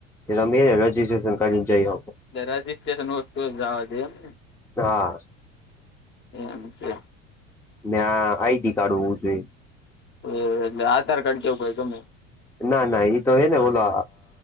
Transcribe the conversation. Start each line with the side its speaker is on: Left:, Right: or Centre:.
Centre: કે તમે એને રજીસ્ટ્રેશન કરીને જઈ આપકોો
Left: એટલે રજીસ્ટ્રેશન વસ્તુ જવા દે એ ને
Centre: હા.
Left: એ છે.
Centre: ત્યાં આઈડી કાર્ડ હોવું જોઈએ.
Left: એ એલે આધાર કાર્ડ કે હય તમમે <inaudible>
Centre: ના ના તો હે ને બોલો